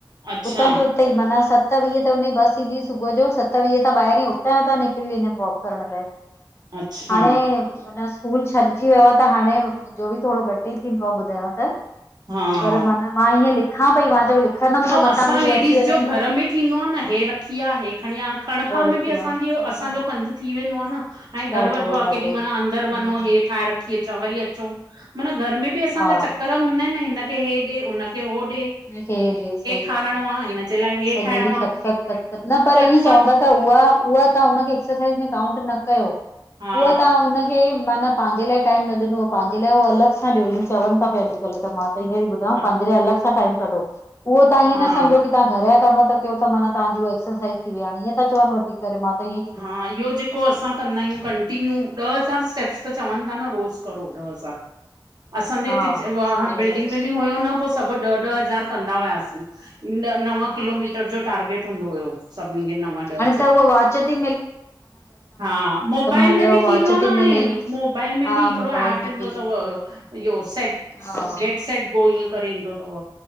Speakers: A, on the right; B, on the left.
A: अच्छा
B: उतां जो उते ई माना सत वीह ते हुन जी बस ईंदी हुई सुबुह जो सत वीह ता ॿाहिरि ई उतां उतां निकिरी वेंदी हम वॉक करण लाइ।
A: अच्छा
B: हाणें माना स्कूल छॾिजी वियो आ त हाणे मुंहिंजो बि थोड़ो घटि ई थींद पो ॿुधायांव त
A: हां
B: पर मन मां हीअं लिखां पई मां च्यो लिखंदमि
A: ऐं
B: त मतां
A: असां
B: बि
A: लेडीस
B: हूअ अची वञें।
A: जो घर में थींदो आ न हे रखी आ, हे खणी आ, खणिं पाह
B: और
A: में बि
B: कीअं
A: असांजो,
B: हा
A: असांजो
B: हा हा
A: पंधु थी वेंदो आ न ऐं घरु
B: ॾाढो
A: वॾो आ
B: ॾाढो
A: केॾी महिल
B: हम्म
A: अंदरि वंञों हे ठाहे रखी अच चा वरी अचंउं, मन घर में बि असांजा
B: हा
A: चक्कर हूंदा हिनि न हिनखे हे ॾे हुनखे हो ॾे
B: हिनखे हे ॾेस, सही
A: खाराइणो
B: ॻाल्हि आ
A: हिनजे लाइ हे
B: सॼो
A: ठाहिणो
B: ॾींहुं फतफत-
A: आ
B: फतफत न पर
A: फत
B: ईंयें चवंदा
A: फत
B: त उआ उहा तहां हुनखे एक्सरसाइज़ में काउंट न कयो,
A: हा
B: उहा तहां हुन खे, माना पांजे लाए टाइम न ॾिनुअ पांजे उहो अलॻि सां ॾियो इयें चवनि ता पिया अॼुकल्ह त मां सही में ती ॿुधायांव
A: अ
B: पांजे लाए अलॻि सां टाइम कढो, उहो तव्हां ईह्ये
A: हा
B: न सम्झो की तहां घर या कम ता कयो त माना तहांजी उहा एक्सरसाइॼ़ थी वई हाणें, ईअं ता चवनि वधीक करे मां त इंयंइ
A: हा, इह्यो जे को असां कंदा आहियूं कंटिन्यू, ॾह हज़ार स्टेप्स त चवनि ता न रोज़ करो ॾह हज़ार असांजे
B: हा
A: हिते च वा
B: ॿियो
A: बिल्डिंग
B: छा
A: में
B: छा
A: बि हुयो न पो सभु ॾह-ॾह हज़ार कंदा हुयासीं। ॾह नव
B: हा
A: किलोमीटर जो टार्गेट हूंदो हुयो सभिनि खे नव ॾह
B: न
A: जो।
B: त उहा वाच ती
A: हा, मोबाइल
B: हलियव
A: में बि थीं
B: वॉच
A: व्यो न
B: थी
A: हाणें
B: मिले
A: मोबाइल में में
B: हा
A: भी हिकड़ो
B: मोबाइल
A: एप
B: में
A: ईदों
B: बि
A: तव
B: हा
A: इहो सेट
B: हा
A: गेट सेट ओ इंअ करे ईंदो तव